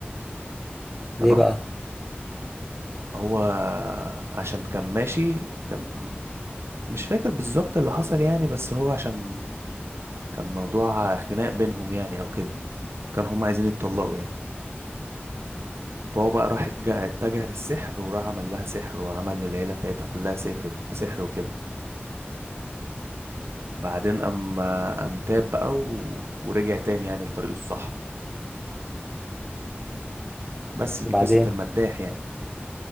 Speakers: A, on the right; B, in the centre.
A: تمام
B: ليه بقى
A: هو عشان كان ماشي كان مش فاكر بالظبط اللي حصل يعني بس هو عشان كان موضوع خناق بينهم يعني او كده كانوا هم عايزين يتطلقوا يعني فهو بقى راح اتج- اتجه للسحر وراح عمل لها سحر وعمل للعيلة بتاعتها كلها سحر سحر وكده بعدين أما أم تاب بقى و... ورجع تاني يعني لطريقه الصح بس دي
B: وبعدين
A: قصة المداح يعني